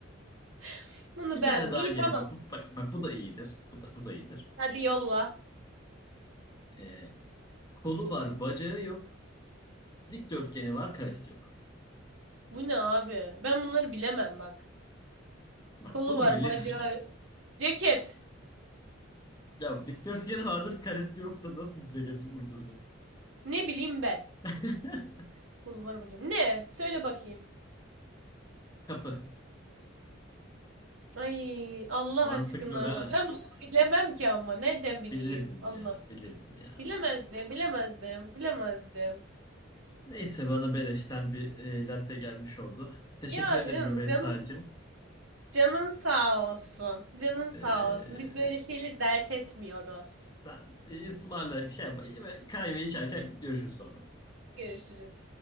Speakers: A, on the right; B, on the left.
A: <laughs> Bunu
B: Bir
A: beğendim.
B: tane daha
A: İyi
B: gelin.
A: tamam.
B: Bak, bu, bak, bak bu da iyidir. Bu da, bu da iyidir.
A: Hadi yolla.
B: Ee, kolu var, bacağı yok. Dikdörtgeni var, karesi yok.
A: Bu ne abi? Ben bunları bilemem bak.
B: Bak
A: Kolu
B: bunu
A: var,
B: bilirsin.
A: bacağı yok. Ceket.
B: Ya dikdörtgeni vardır, karesi yok da nasıl ceketi uydurdun?
A: Ne bileyim ben.
B: <laughs>
A: Kolu var, bacağı. yok. Ne? Söyle bakayım.
B: Kapı.
A: Ay Allah
B: Mantıklı
A: aşkına.
B: değil mi?
A: Ben bunu bilemem ki ama. Nereden bileyim?
B: Bilirdin
A: Allah.
B: ya, bilirdin ya.
A: Bilemezdim, bilemezdim, bilemezdim.
B: Neyse bana beleşten bir e, latte gelmiş oldu. Teşekkür
A: Ya
B: ederim
A: canım,
B: Rümeysa'cığım.
A: canım, canın sağ olsun. Canın sağ
B: E,
A: olsun. Biz böyle şeyleri dert etmiyoruz.
B: ben e, ısmarla şey yap, kahve içerken görüşürüz sonra.
A: Görüşürüz.